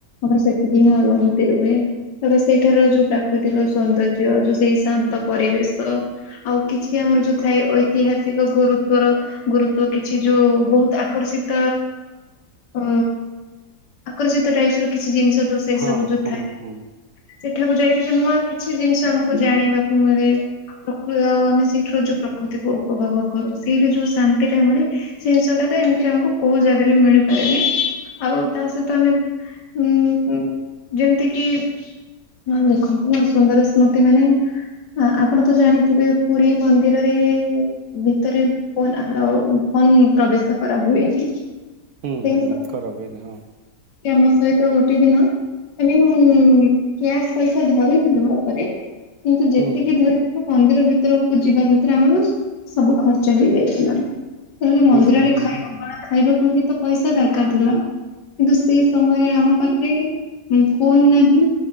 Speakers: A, on the left; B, on the right.
A: ହଁ ସେତିକି ହିଁ ଅନୁଭୂତି ରୁହେ ତ ସେଇଠାର ଯୋଉ ପ୍ରାକୃତିକ ସୌନ୍ଦର୍ଯ୍ୟ ଯୋଉ ସେଇ। ନ୍ତ ପରିବେଶ। ଆଉ କିଛି ଆମର ଯୋଉ ଥାଏ ଐତିହାସିକ ଗୁରୁତ୍ଵର ଗୁରୁତ୍ଵ କିଛି ଯୋଉ ବହୁତ। ଆକର୍ଷିତ ଅ ଅ ଆକର୍ଷିତ ଟାଇପ୍ ର କିଛି ଜିନିଷ। ଯୋଉ ସେଇ
B: ହଁ
A: ସବୁ ଯୋଉ
B: ହୁଁ
A: ଥାଏ।
B: ହୁଁ
A: ସେଠାକୁ ଯାଇକି ଯ ନୂଆ କିଛି ଜିନିଷ ଆମକୁ ଜାଣିବାକୁ ମିଳେ। ଆଉ ଆମେ ସେଇଠି ର ଯୋଉ ପ୍ରକୃତିକୁ ଉପଭୋଗ କରୁ, ସେଇଠି ଯୋଉ ଶାନ୍ତି ଟା ମିଳେ ସେ ଜିଷଟା ତ। ସେମତି ଆମକୁ କୋଉ ଜାଗାରେ ବି ମିଳିପାରେନି ଆଉ ତା ସହିତ ଆମେ। ଉଁ ଯେମିତି କିି। ହଁ ଦେଖନ୍ତୁ ମୋର ସୁନ୍ଦର ସ୍ମୃତି ମାନେ ଆପଣ। ତ ଜାଣିଥିବେ ପୁରୀ ମନ୍ଦିରରେ ଭିତରେ ଫୋନ୍ ଆଲାଉ ଫୋନ ପ୍ରବେଶ। କରା ହୁଏନି।
B: ହୁଁ
A: ସେଇ
B: ହୁଁ ହୁଁ କର ଏନ ନି ହଁ।
A: ଆମ ସହିତ ଗୋଟେ ଦିନ। ଏ କ୍ୟାସ ପଇସା ଧରିଥିଲୁ ଭ ଉପରେ କିନ୍ତୁ ଯେତିକି
B: ହୁଁ
A: ଧରି। ମନ୍ଦିର ଭିତରକୁ ଯିବା ଭିତରେ ଆମର ସବୁ ଖର୍ଚ୍ଚ ହେଇ ଯାଇଥିଲା। ତାହଲେ ମନ୍ଦିରରେ
B: ହୁଁ ହୁଁ
A: ଅବଢ଼ା ଖାଇବାକୁ ହେଲେ ତ ପଇସା ଦରକାର ଥିଲା। କିନ୍ତୁ ସେ ସମୟରେ ଆମ ପାଖରେ ଫୋନ ନାହିଁ।